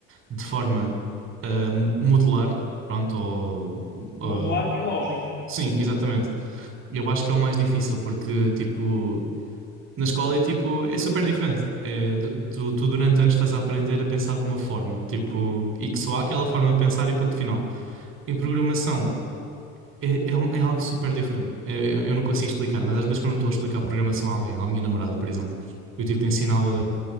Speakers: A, on the right; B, on the left.
A: de forma eh, mo- modular, pronto, ou, ou-
B: Modular e lógica.
A: sim, exatamente. Eu acho que é o mais difícil, porque, tipo. Na escola é tipo, é super diferente. É, du- tu, tu durante anos estás a aprender a pensar de uma forma, tipo, e que só há aquela forma de pensar e ponto final. Em programação é, é, um- é algo super diferente. É, eu, eu não consigo explicar, mas às vezes quando eu estou a explicar programação a alguém, à minha namorada, por exemplo, eu tive de ensiná-la